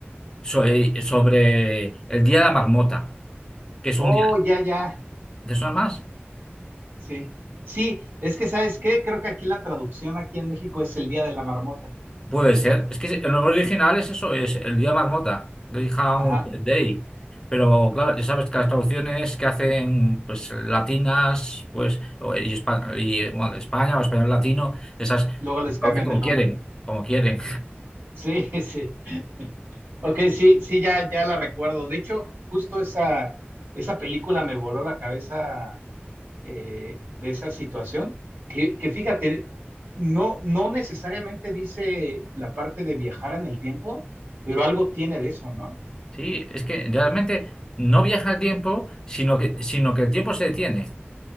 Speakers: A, on the left; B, on the right.
A: so- eh, sobre el Día de la Marmota, que es un
B: Oh,
A: día...
B: ya, ya.
A: ¿Te suena más?
B: Sí. Sí, es que ¿sabes qué? Creo que aquí la traducción aquí en México es el Día de la Marmota.
A: Puede ser. Es que el nombre original es eso, es el Día de la Marmota, Greyhound
B: Ajá.
A: Day. Pero claro, ya sabes que las traducciones que hacen pues latinas, pues, o- y, Espa- y, bueno, de España o español latino, esas
B: Luego les cambian
A: traducen como
B: el
A: quieren,
B: nombre.
A: como quieren.
B: Sí, <laughs> sí. Ok, sí, sí, ya, ya la recuerdo. De hecho, justo esa, esa película me voló la cabeza eh, de esa situación. Que, que fíjate, no, no necesariamente dice la parte de viajar en el tiempo, pero algo tiene de eso, ¿no?
A: Sí, es que realmente no viaja el tiempo, sino que, sino que el tiempo se detiene.